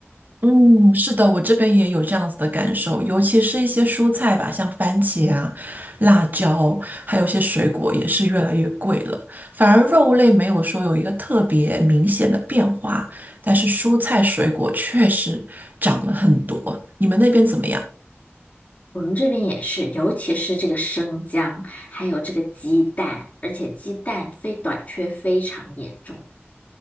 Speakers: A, on the right; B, on the left.
A: 嗯，是的，我这边也有这样子的感受，尤其是一些蔬菜吧，像番茄啊、辣椒，还有一些水果也是越来越贵了。反而肉类没有说有一个特别明显的变化，但是蔬菜水果确实涨了很多。你们那边怎么样？
B: 我们这边也是，尤其是这个生姜，还有这个鸡蛋，而且鸡蛋非短缺非常严重。